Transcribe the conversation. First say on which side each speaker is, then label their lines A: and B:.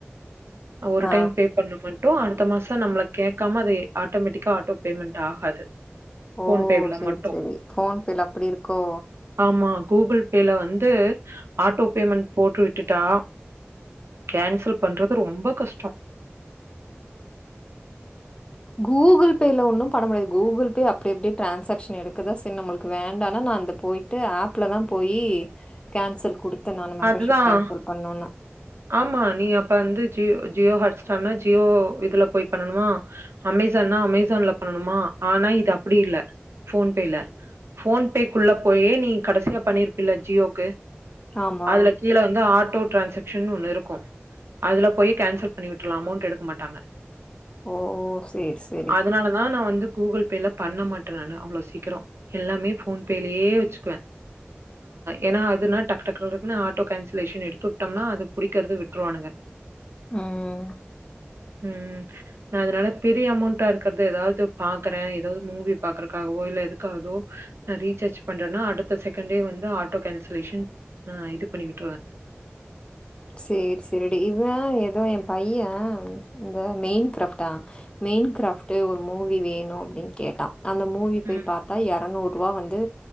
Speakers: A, on the right; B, on the left.
A: ஒரு
B: ஆ.
A: டைம் பே பண்ண மட்டு அடு த்த மாச் சொ நம்மள கேக்காம அது ஆட்டோமேட்டிக்கா ஆட்டோ பேமெண்ட் ஆகாது ஃபோன்
B: ஓ
A: பேல
B: செரி
A: மட்டும்
B: சேரி ஃபோன்பேல அப்டி இருக்கோ
A: ஆமா கூகுள் பேல வந்து ஆட்டோ பேமெண்ட் போட்டு விட்டுட்டா கேன்சல் பண்றது ரொம்ப கஷ்டொ
B: கூகுள் பேல ஒன்னு பண்ண முடியாது கூகுள் பே அப்டி அப்டியே ட்ரான்சாகஷன் எடுக்குத செ நம்ளுக்கு வேண்டானா நா அந்த போயிட்டு ஆப்ல தா போய் கேன்சல் குடுத் து நானு மெம்பர்ஷிப்
A: அதுதான்
B: கேன்சல் பண்ணுனு
A: ஆமா நீ அப்ப வந்து ஜியோ ஜியோ ஹாட்ஸ்டார்னா ஜியோ இதுல போய் பண்ணனுமா அமேசான்னா அமேசான்ல பண்ணணுமா ஆனா இது அப்டி இல்ல ஃபோன்பேல ஃபோன்பேக்குள்ள போயே நீ கடைசியா பண்ணிருப்பல்ல ஜியோக்கு
B: ஆமா.
A: அதுல கீழே வந்து ஆட் டோ டிரான்சாக் ஷன்னு ஒன்னு இருக்கு அதுல போய் கேன்சல் பண்ணி விட்டுட்லா அமௌண்ட் எடுக்க மாட்டாங்க
B: ஓ! சரி, சரி.
A: அதனாலதா நா வந்து கூகுள் பேல பண்ண மாட்டே நானு அவளோ சீக்கிரொ எல்லாமே ஃபோன்பேலயே வெச்சுக்குவே ஏனா அதுனால டக் டக் டக் டக்னு ஆட்டோ கான்சலேஷன் எடுத்துட்டோம்னா அ டுருவாணுங்க
B: உம்
A: உஹம் நா அதுனால பெரிய அமௌண்டா இருக்கற்து ஏதாவ்து பாக்கறே ஏதாவது மூவி பாக்ற க்காகவோ இல்ல எதுக்காகதோ ரீச்சார்ஜ் பண்றேனா அடுத்த செகண்ட்டே வந்து ஆட்டோ கான்சலேஷன் ஆ இது பண்ணி விட்றுவே
B: சேரி சேரிடி இவ ஏதோ எம் பைய இந்த மெயின் கிராஃப்ட்டா மெயின் கிராஃப்ட்டு ஒரு மூவி வேணு அப்டின்னு கேட்டா அந்த மூவி போய்
A: ம்,
B: பாத்தா எரநூறு ருவா வந்து